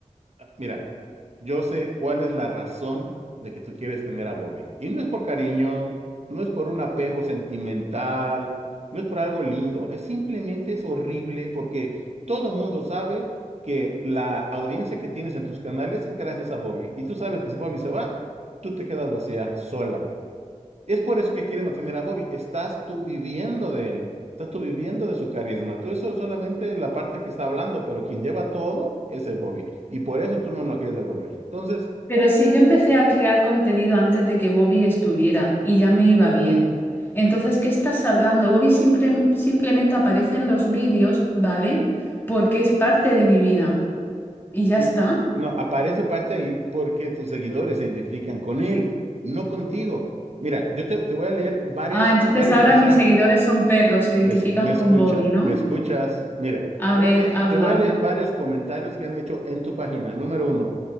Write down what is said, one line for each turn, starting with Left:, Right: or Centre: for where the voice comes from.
Right: Ah, Mira. yo sé cuál es la razón de que tú quieres tener a Bobby. Y no es por cariño, no es por un apego sentimental, no es por algo lindo, es simplemente es horrible porque todo mundo sabe que la audiencia que tienes en tus canales es gracias a Bobby. Y tú sabes que si Bobby se va, tú te quedas vacía, sola. Es por eso que quiere mantener a Bobby. Estás tú viviendo de él. Estás tú viviendo de su carisma. Tú eso es solamente la parte que está hablando, pero quien lleva todo es el Bobby. Y por eso tú no lo quieres devolver. Entonces,
Left: Pero si yo empecé a crear contenido antes de que Bobby estuviera y ya me iba bien. Entonces, ¿qué estás hablando? Bobby simple- simplemente aparece en los vídeos, ¿vale? Porque es parte de mi vida. Y ya
Right: no,
Left: está.
Right: no, aparece parte ahí porque tus seguidores se identifican con él, no contigo. Mira, yo te, te voy a leer varias,
Left: Ah, entonces
Right: varios
Left: ahora
Right: mensajes
Left: mis seguidores son perros, se identifican
Right: Me, es- me escucha,
Left: con Bobby, ¿no?
Right: me escuchas. Mira,
Left: A
Right: te
Left: ver,
Right: voy a leer,
Left: habla.
Right: te voy a leer varios comentarios que han hecho en tu página. Número uno,